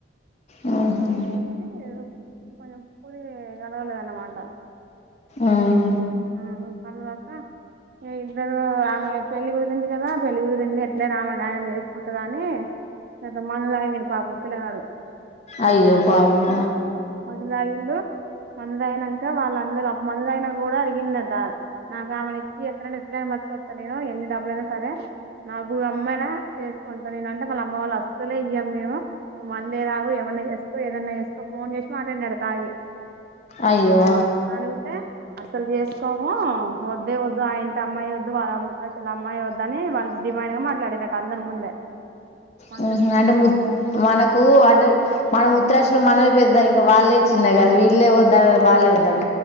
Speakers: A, on the left; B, on the right.
A: మ్మ్
B: <unintelligible> కొంచం కురికలవడంలేదనమాట
A: ఉమ్
B: ఆ కల్వక ఇద్దరు ఆమె పెళ్ళి కుదిరింది కదా పెళ్లి కుదిరింది. ఎట్లాయినా ఆమె ఆయనని చేసుకుంటదని ఎంత మందు తాగిండు పాపం పిల్లగాడు
A: అయ్యో పాపం
B: మందు తాగిండు మందు తాగినంక వాళ్ళ మందు తాగినంకా కూడా అడిగిండంట. నాకు ఆమెను ఇప్పియ్యాకరి ఎట్లాయినా బ్రతికోస్తా నేను ఎన్ని డబ్బులు సరే నా భూమి అమ్మయినా చేసుకుంటా. నేనంటే వాళ్ళ అమ్మవాళ్ళు అస్సలే ఇయ్యము మేము మందే తాగు ఏమన్న చేసుకో ఏదన్నా చేసుకో ఫోన్ చేసి మాట్లాడింట తాగి
A: అయ్యో
B: అలుగుతే అసలు చేసుకోము వద్దే వద్దు ఆ ఇంటి అమ్మాయి వద్దు వాళ్ళ అమ్మ కసలు అమ్మాయే వద్దు అని వాళ్ళు డిమాండ్గా మాట్లాడిరట అందరి ముందే మాట్లాడితే
A: హ్మ్ అంటే ము మనకు అంటే మన ముత్రాష్ మనమె పెద్దా ఇంకా వాళ్ళే చిన్న కదా వీళ్ళే వద్దానాలి వాళ్లే వద్దంటు